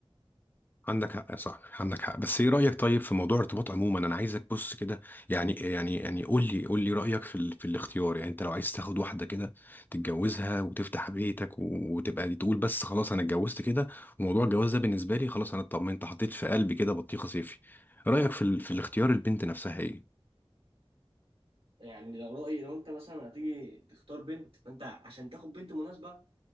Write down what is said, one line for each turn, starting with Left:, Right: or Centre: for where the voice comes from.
Left: عندك حق صح عندك حق بس ايه رأيك طيب في موضوع الارتباط عموما انا عايزك بص كده يعني يعني يعني قول لي قول لي رأيك في ال... في الاختيار يعني انت لو عايز تاخد واحدة كده تتجوزها وتفتح بيتك و... وتبقى دي تقول بس خلاص انا اتجوزت كده وموضوع الجواز ده بالنسبة لي خلاص انا اطمنت حطيت في قلبي كده بطيخة صيفي رأيك في ال... في الاختيار البنت نفسها ايه
Right: يعني لو رأيي لو انت مثلا هتيجي تختار بنت فانت عشان تاخد بنت مناسبة